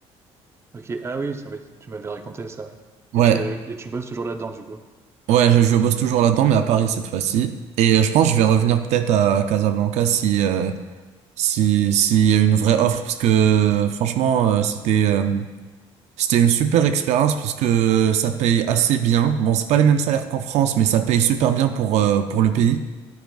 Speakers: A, on the right; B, on the right.
A: Ok, ah oui, c'est- oui, tu m'avais raconté ça, ouais.
B: Ouais,
A: Et tu, et tu bosses toujours là-dedans, du coup.
B: ouais, je, je bosse toujours là-dedans, mais à Paris cette fois-ci. Et euh, je pense que je vais revenir peut-être à Casablanca si, euh, si, s'il y a une vraie offre, parce que euh, franchement, euh, c'était, euh, c'était une super expérience parce que ça paye assez bien. Bon, c'est pas les mêmes salaires qu'en France, mais ça paye super bien pour, euh, pour le pays.